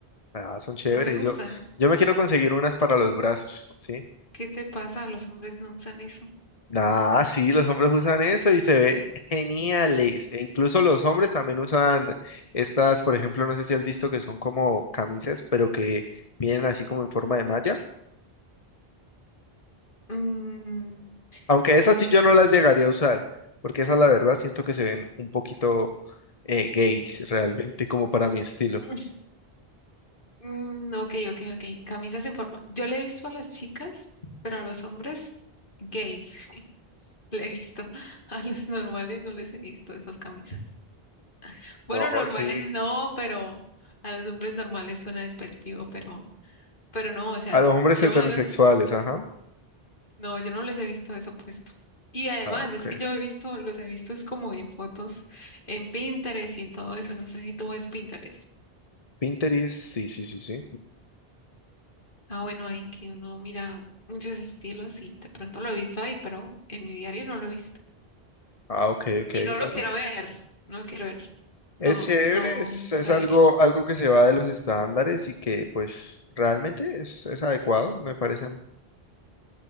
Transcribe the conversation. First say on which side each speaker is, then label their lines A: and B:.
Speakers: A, on the left (about 40°); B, on the left (about 55°).
A: Ah, son chéveres.
B: No me gustan.
A: Yo, yo me quiero conseguir unas para los brazos, ¿sí?
B: ¿Qué te pasa? Los hombres no usan eso.
A: Ah, sí, los hombres usan eso y se ven geniales. E incluso los hombres también usan estas, por ejemplo, no sé si has visto que son como camisas, pero que vienen así como en forma de malla.
B: Mm,
A: Aunque esas
B: camisas.
A: sí yo no las llegaría a usar, porque esas la verdad siento que se ven un poquito eh, gays realmente, como para mi estilo.
B: <laughs> Mm, ok, ok, ok. Camisas en forma. Yo le he visto a las chicas, pero a los hombres gays <laughs> le he visto. A los normales no les he visto esas camisas. Bueno,
A: No,
B: normales
A: sí.
B: no, pero a los hombres normales suena despectivo, pero Pero no, o sea,
A: A los hombres
B: yo
A: heterosexuales,
B: a los,
A: ajá.
B: no, yo no les he visto eso puesto. Y además,
A: Ah, ok.
B: es que yo he visto, los he visto es como en fotos en Pinterest y en todo eso. No sé si tú ves Pinterest.
A: Pinterest, sí, sí, sí, sí.
B: Ah, bueno, ahí que uno mira muchos estilos y de pronto lo he visto ahí, pero en mi diario no lo he visto.
A: Ah, ok, ok,
B: Y no lo
A: bueno.
B: quiero ver, no lo quiero ver. No,
A: Es chévere,
B: no
A: es,
B: se
A: es
B: ve
A: algo,
B: bien.
A: algo que se va de los estándares y que pues realmente es, es adecuado, me parece a mí.